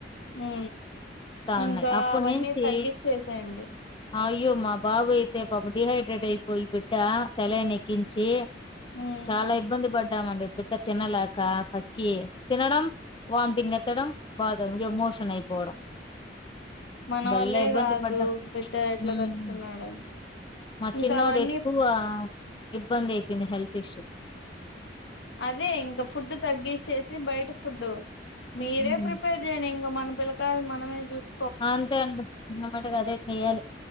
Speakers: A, on the left; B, on the left.
A: ఉ ఇంకా
B: ఉన్నాయి అప్పటి
A: అవన్నీ
B: నుంచి
A: తగ్గిచ్చసేయండి
B: అయ్యో మా బాబు అయితే పాపం డిహైడ్రేట్ అయిపోయి బిడ్డ సెలైన్ కిించి
A: ఉమ్
B: చాలా ఇబ్బంది పడ్ మండి బిడ్డ తినలేక కక్క కి తినడం వామిటింగ్ ఎత్తడం బాధ ఇ మోషన్ అయిపోవడం
A: మన
B: భలే
A: వల్లే
B: ఇబ్బంది
A: కాదు
B: పడ్డాం
A: బిడ్డ ఎట్లా
B: హ్మ్
A: తట్టుకున్నాడని
B: మా
A: ఇంకా
B: చిన్నోడు
A: అవన్నీ
B: ఎక్కువ ఇబ్బంది ఎయిపిన హెల్త్ ఇష్యూ
A: అదే ఇంకా ఫుడ్ తగ్గిచ్చేసి బయట ఫుడ్డు మీరే
B: హ్మ్
A: ప్రిపేర్ చేయండి ఇంక మన పిల్లకాయల్ని మనమే చూస్
B: అంతే అండి మ అమాటకు అదే చెయ్యాలి